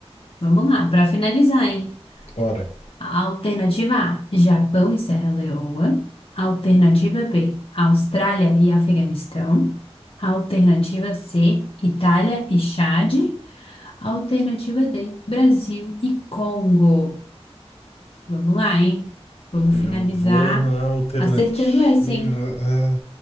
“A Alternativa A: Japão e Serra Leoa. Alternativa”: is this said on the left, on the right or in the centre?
Left